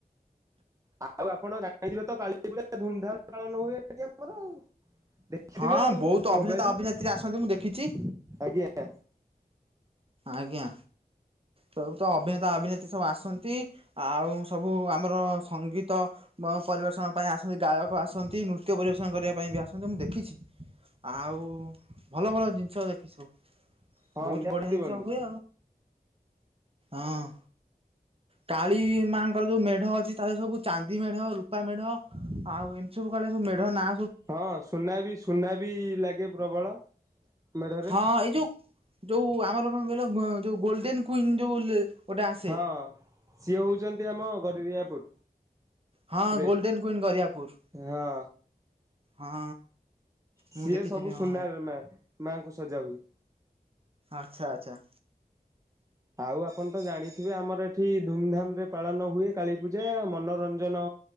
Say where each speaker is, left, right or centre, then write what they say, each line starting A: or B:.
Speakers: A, on the right; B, on the right.
A: ଆଉ ଆପଣ ଜାଣିଥିବେ ତ କାଳୀ ପୂଜା ଧୁମଧାମ୍ ପାଳନ ହୁଏ ଏଠି ଆମର ଆଉ। ଦେଖଥିବେ
B: ହଁ
A: ଆଉ
B: ବହୁତ ଅଭିନେତା
A: ମୋବାଇଲୁ
B: ଅଭିନେତ୍ରୀ
A: ରୁ।
B: ଆସନ୍ତି ମୁଁ ଦେଖିଛି ଆଜ୍ଞା ତ-ତ ଅଭିନେତା ଅଭିନେତ୍ରୀ ସବୁ ଆସନ୍ତି। ଆଉ ସବୁ ଆମର ସଙ୍ଗୀତ ପରିବେଷଣ ପାଇଁ ଆସନ୍ତି ଗାୟକ ଆସ ନ୍ତି ନୃତ୍ୟ ପରିବେଷଣ କରିବା ପାଇଁ ବି ଆସନ୍ତି ମୁଁ ଦେଖିଛି। ଆଉ ଭଲ-ଭଲ ଜିନିଷ <unintelligible> ସବୁ
A: ହଁ
B: ବହୁତ୍
A: ନିହାତି
B: ବଢ଼ିଆ
A: ବନ୍ଧୁ।
B: ହୁଏ ଆଉ। କାଳୀ ମାଙ୍କର ଯୋଉ ମେଢ ଅଛି ତାଦେରେ ସବୁ ଚାନ୍ଦି ମେଢ <unintelligible> ମେଢ ଆଉ ଏମ୍ତି ସବୁ କାଳେ ସବୁ ମେଢ ନା
A: ହଁ ସୁନା ବି ସୁନା ବି ଲାଗେ ପ୍ରବଳ। ମେଢରେ
B: ହଁ ଏଇ ଯୋଉ ଯୋଉ ଆମର କଣ କହିଲ ଯୋଉ ଗୋଲଡେନ କୁଇନ ଯୋଉ ଗୋଟେ ଆସେ
A: ହଁ ସିଏ ହଉଛନ୍ତି ଆମ ଗରିରିଆପୁର
B: ହଁ
A: ରେ
B: ଗୋଲଡେନ କୁଇନ ଗରିଆପୁର
A: ହଁ
B: ହଁ
A: ସିଏ
B: ମୁଁ ଦେଖିଥିଲି
A: ସବୁ
B: ହଁ
A: ସୁନାର ମା ମାଙ୍କୁ ସଜା ହୁଏ।
B: ଆଚ୍ଛା ଆଚ୍ଛା
A: ଆଉ ଆପଣ ତ ଜାଣିଥିବେ ଆମର ଏଠି ଧୁମଧାମ ରେ ପାଳନ ହୁଏ କାଳୀପୂଜା ମନୋରଞ୍ଜନ